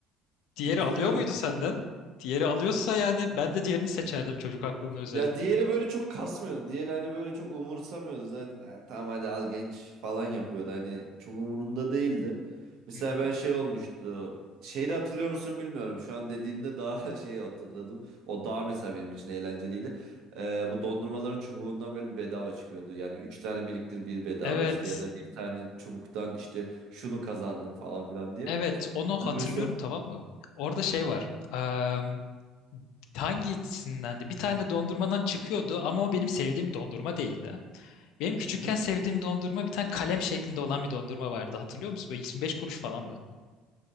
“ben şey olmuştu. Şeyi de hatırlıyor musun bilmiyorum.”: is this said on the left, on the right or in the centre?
Right